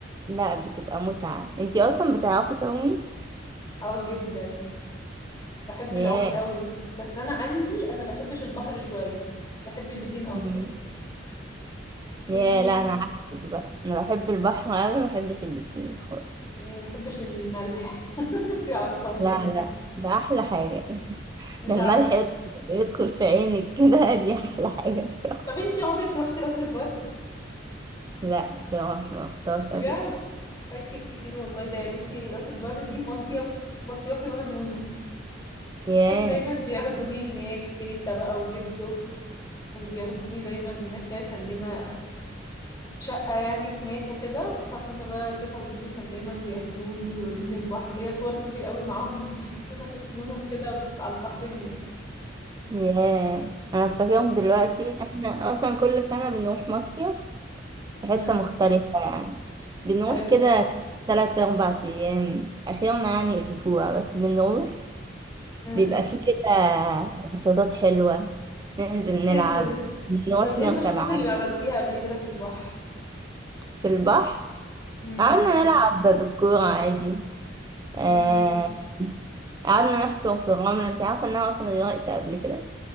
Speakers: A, on the right; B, on the left.
A: لا بتبقى متعة أنت أصلا بتعرفي تعومي؟
B: اه جدا بحب
A: ياه
B: العوم قوي بس انا عندي انا بحبش البحر شوية بحب البسين اكتر
A: مم. ياه
B: وانتي
A: لا أنا عكسك بقى أنا بحب البحر أوي مبحبش البسين خالص
B: يعني ما بحبش الملح <laughs> بيعصبني
A: لا لا ده احلى حاجة <laughs>
B: مش
A: ده الملح
B: عارف
A: يدخل يدخل في عينك كده <laughs> دي احلى حاجة بصراحة
B: طب انتي عمرك روحتي راس البر
A: لا بصراحة ما رحتهاش
B: بجد
A: قبل كده
B: فايتك كتير والله ده يا بنتي راس البر دي مصيف مصيفي وانا نونو
A: ياه
B: كان دايما بياخدوني هناك تيتا بقى وجدو كانوا بياخدوني دايما هناك كده كان لنا شقة يعني هناك وكده فكنا بقى تيتا وجدو كان دايما بياخدوني ويودوني البحر ليا صور كتير قوي معاهم <laughs> وانا كنت نونو كده على البحر هناك
A: ياه انا افتكرهم
B: كانت
A: دلوقتي
B: تحفة.
A: احنا اصلا كل سنة بنروح مصيف في حتة
B: امم
A: مختلفة يعني بنروح
B: حلو
A: كده تلات اربع ايام اخيرا يعني اسبوع بس بنروح
B: امم
A: بيبقى فيه كده نشاطات حلوة ننزل نلعب
B: جدا
A: نروح
B: طب ايه
A: نركب
B: النشاطات
A: عجل
B: اللي عملتيها قبل كده في البحر
A: في البحر
B: امم
A: قعدنا نلعب بالكورة عادي آه،
B: امم
A: قعدنا نحفر في الرملة انت عارفة ان انا اصلا غرقت قبل كده